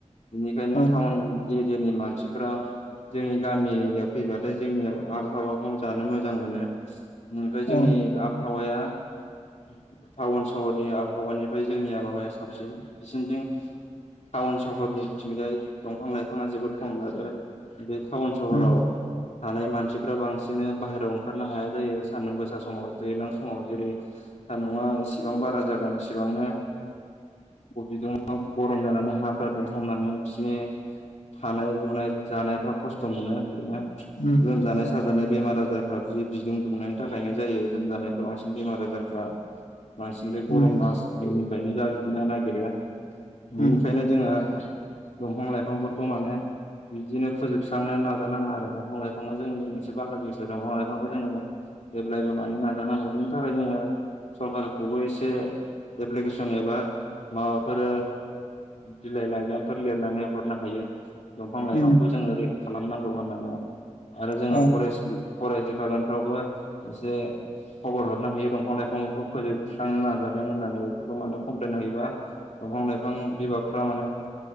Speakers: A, on the left (about 65°); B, on the left (about 80°).
A: बेनिखायनो
B: औ
A: टाउन एरियानि मानसि मानसिफोरा जोंनि गामि एरियायाव फैबाथाय जोंनि आबहावाखौ जानो मोजां मोनो। बेनिफ्राय
B: औ
A: जोंनि <unintelligible> टाउन सहरनि आबहावानिफ्राय जोंनि आबहावाया साबसिन बिसिनिथिं टाउन सहरनिथिंजाय दंफां लाइफाङा जोबोद खम आरो बे टाउन
B: उम
A: सहराव थानाय मानसिफ्रा बांसिन बाहेरायाव ओंखारनो हाया जायो सान्दुं गोसा समाव। दैज्लां समाव जेरै दा नङा इसेबां बारा जागोन इसेबांनो। बिदिनो गरम जानानै हाफ्रा दंफामनानै बिसिनि थानाय लुनाय जानायफ्रा खस्थ' मोनो बिदिनो।
B: उम
A: लोमजानाय साजानाय बेमार आजारफ्रा बि बिदुं दुंनायनि थाखायनो जायो। लोमजानायफ्रा बांसिन बेमार आजारफ्रा बांसिन बे गरम
B: उम
A: मासनिफ्रायनो जायो। बिनो नागिरो बेनिखायनो
B: औ
A: जोङो दंफां लाइफांफोरखौ माने बिदिनो फोजोबस्रांनो नाजाानाङा आरो दंफां लाइफां जोंनि मोनसे बाहागोसो दंफां लाइफांखौ जोङो जेब्लायबो मानो नाजानांगौ बिनि थाखाय जोङो सरखारखौबो एसे एप्लिकेसन एबा माबाफोर बिलाइ लाइजामफोर लिरनानै हरनो हायो। दंफां लाइफांखौ
B: औ
A: जोङो रैखा खालामनांगौ होननानै। आरो जोङो
B: औ
A: फरेस्ट फरेस्ट डिपार्टमेन्टफ्रावबो एसे खबर हरनो हायो दंफां लाइफांफोरखौ फोजोबस्रांनो नाजादों होननानै बेफोरखौ माने कमप्लेन होयोबा। दंफां लाइफां बिभागफ्रा माने